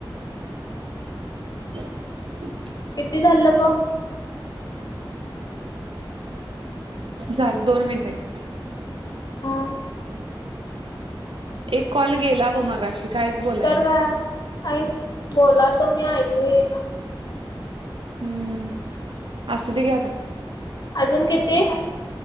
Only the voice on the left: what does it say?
किती <unintelligible> ब
हां
तर
काय बोलातो मी ऐकू ये ना
अजून किती